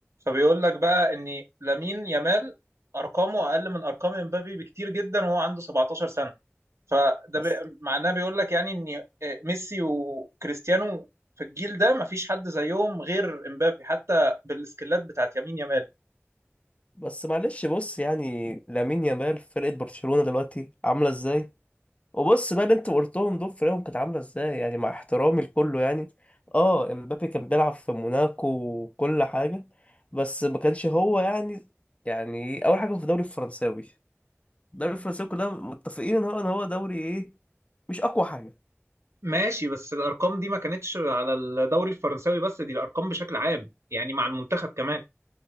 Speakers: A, on the right; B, on the left.
A: فبيقول لك بقى ان لامين يامال ارقامه اقل من ارقام امبابي بكتير جدا وهو عنده 17 سنه فده
B: بس
A: بي... معناه بيقول لك يعني ان آه، ميسي وكريستيانو في الجيل ده مفيش حد زيهم غير امبابي حتى بالسكيلات بتاعت يمين يامال
B: بس معلش بص يعني لامين يامال في فرقة برشلونة دلوقتي عاملة ازاي وبص بقى اللي انت قلتهم دول فرقهم كانت عاملة ازاي يعني مع احترامي لكله يعني اه امبابي كان بيلعب في موناكو وكل حاجة بس ما كانش هو يعني يعني اول حاجة في الدوري الفرنساوي الدوري الفرنساوي كلنا متفقين ان هو ان هو دوري ايه مش اقوى حاجة
A: ماشي بس الارقام دي ما كانتش على الدوري الفرنساوي بس دي الارقام بشكل عام يعني مع المنتخب كمان